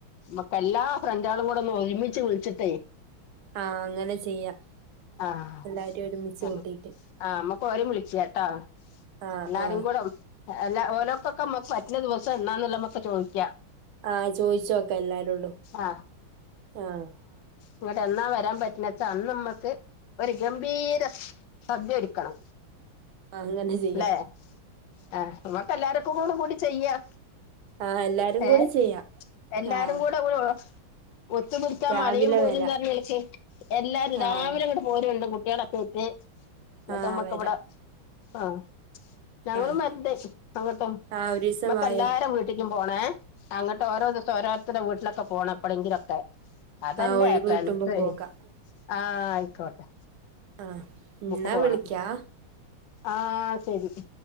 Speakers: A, on the left (about 70°); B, on the right (about 80°).
A: മ്മക്ക് എല്ലാ ഫ്രണ്ടആളും കൂടെ ഒന്ന് ഒരുമിച്ച് വിളിച്ചിട്ടേയ്
B: ആഹ് അങ്ങനെ ചെയ്യാം
A: ആഹ്
B: എല്ലാരും ഒരുമിച്ച്
A: ആഹ്
B: കൂട്ടിട്ട്
A: ആഹ് അമ്മക്ക് ഓലിം വിളിച്ചട്ടോ
B: ആഹ്
A: എല്ലാരും
B: ആഹ്
A: കൂടെ എല്ല ഓലോർക്കൊക്കെ മ്മക്ക് പറ്റുന്ന ദിവസം എണ്ണന്നുള്ളെ മ്മക്ക് ചോയ്ക്കാം
B: ആഹ് ചോയിച്ചോക്ക എല്ലാരോടും
A: ആഹ്
B: ആഹ്
A: ഇങ്ങട്ട് എന്നാ വരാൻ പറ്റുണച്ചാ അന്ന് ഇമ്മക്ക് ഒര് ഗംഭീര സദ്യ ഒരുക്കണം
B: അങ്ങനെ ചെയ്യാം
A: ലെ ആഹ് ഇമ്മക്ക് എല്ലാവര്ക്കുംകൂടെ ചെയ്യാം
B: ആഹ് എല്ലാരും
A: ഏഹ്
B: കൂടെ ചെയ്യാം
A: എല്ലാരും
B: ആഹ്
A: കൂടെ ഒയോ ഒത്തുപിടുത്താ
B: രാവിലെ
A: മലയും പോരും
B: വരാം
A: എന്ന് പറന്നില്ലേ ച്ചിയെ എല്ലാരും രാവിലെ
B: ആഹ്
A: ഇങ്ങട്ട് പോരുണ്ട് കുട്ട്യാളൊക്കായ്റ്റ് ഇന്നിട്ട്
B: ആഹ്
A: നമ്മക്
B: വരാം
A: ഇബടെ ആഹ് ഞങ്ങളും
B: ആഹ്
A: വര്ന്റ് അങ്ങ്ട്ടും
B: ആഹ് ഒരീസം
A: ഇമ്മക്ക്
B: വായോ
A: എല്ലാരെ വീ ട്ടിക്കും പോണേ അങ്ങട്ട് ഓരോ ദിവസം ഓരോർത്തരുടെ വീട്ടിലൊക്കെ പോണം എപ്പളങ്കിലൊക്കെ അതല്ലേ
B: ആഹ് ഒഴിവ്
A: ഫ്രണ്ട്സ്
B: കിട്ടുമ്പോ പോകാം
A: ആഹ് ആയിക്കോട്ടെ
B: ആഹ്
A: ഇമ്മക്ക്
B: എന്നാ
A: പോണം
B: വിളിക്കാ
A: ആഹ് ശെരി ശെരി